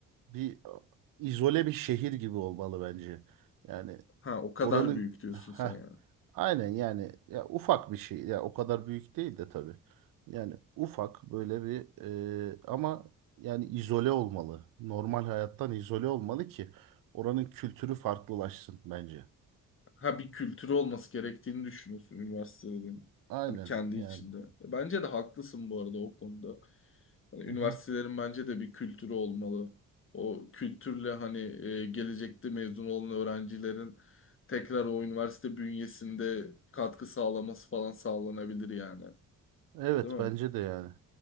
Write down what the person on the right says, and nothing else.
bir izole bir şehir gibi olmalı bence. Yani
oranın
ha
aynen yani ya ufak bir şey. Ya o kadar büyük değil de tabii. Yani ufak böyle bir e, ama yani izole olmalı. Normal hayattan izole olmalı ki oranın kültürü farklılaşsın bence.
Aynen
yani.
<laughs>
Evet
bence de yani.